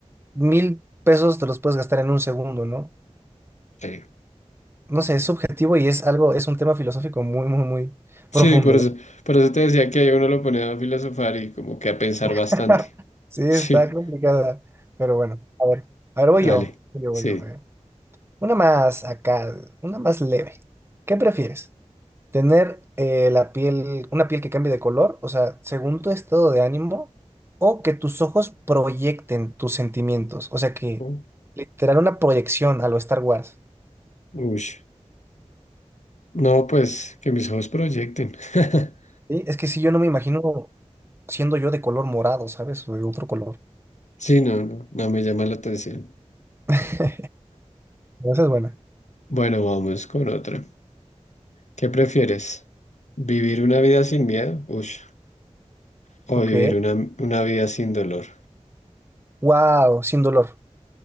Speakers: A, on the right (about 20°); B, on the left (about 75°).
A: mil pesos te los puedes gastar en un segundo, ¿no?
B: Sí.
A: No sé, es subjetivo y es algo, es un tema filosófico muy, muy, muy profundo.
B: Sí, por eso, por eso te decía que ahí uno lo pone a filosofar y como que a pensar
A: <laughs>
B: bastante. <laughs>
A: Sí, está
B: Sí,
A: complicada, pero bueno, a ver, a ver, voy
B: dale.
A: yo, voy yo,
B: Sí.
A: voy yo. voy yo. Una más acá, una más leve. ¿Qué prefieres? ¿Tener eh, la piel, una piel que cambie de color, o sea, según tu estado de ánimo, o que tus ojos proyecten tus sentimientos? O sea, que
B: U-
A: literal una proyección a lo Star Wars.
B: Ush. No, pues que mis ojos proyecten. <laughs>
A: Sí, es que si yo no me imagino siendo yo de color morado, ¿sabes? O de otro color.
B: Sí, no, no, no me llama la atención.
A: <laughs> Esa es buena.
B: Bueno, vamos con otra. ¿Qué prefieres? ¿Vivir una vida sin miedo? Ush. O
A: Ok.
B: vivir una, una vida sin dolor.
A: Wow, sin dolor.